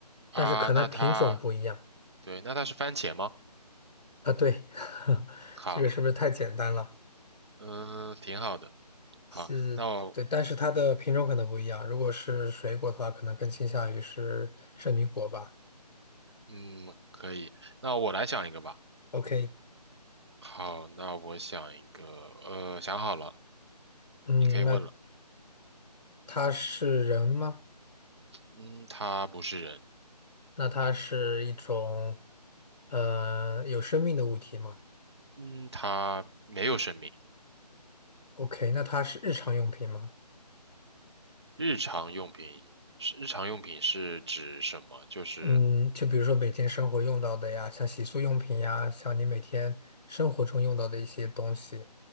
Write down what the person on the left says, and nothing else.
但是可能品种不一样
啊。对，<laughs>
这个是不是太简单了？
是，
对，但是它的品种可能不一样。如果是水果的话，可能更倾向于是圣女果吧。
OK，
嗯，
那它是人吗？
那它是一种呃有生命的物体吗
？OK，那它是日常用品吗？
嗯，就比如说每天生活用到的呀，像洗漱用品呀，像你每天生活中用到的一些东西。